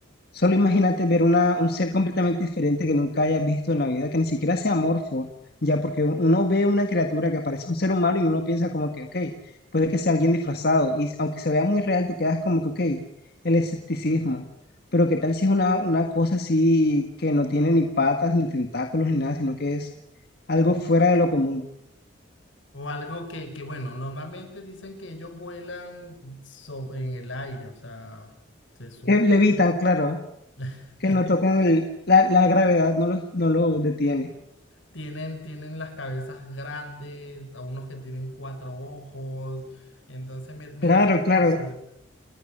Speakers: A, on the left (about 50°); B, on the left (about 80°).
A: solo imagínate ver una, un ser completamente diferente que nunca hayas visto en la vida, que ni siquiera sea amorfo, ya, porque u- uno ve una criatura que parece un ser humano y uno piensa como que, ok, puede que sea alguien disfrazado. Y s- aunque se vea muy real, tú quedas como que, ok, el escepticismo. Pero ¿qué tal si es una, una cosa así que no tiene ni patas, ni tentáculos, ni nada, sino que es algo fuera de lo común?
B: O algo que, que, bueno, normalmente dicen que ellos vuelan so- en el aire, o sea, se suben.
A: Que levitan, claro.
B: <laughs>
A: que no tocan el, la, la gravedad, no los, no los detiene.
B: Tienen, tienen las cabezas grandes, a unos que tienen cuatro ojos. Entonces me, me
A: Claro,
B: da curiosidad,
A: claro.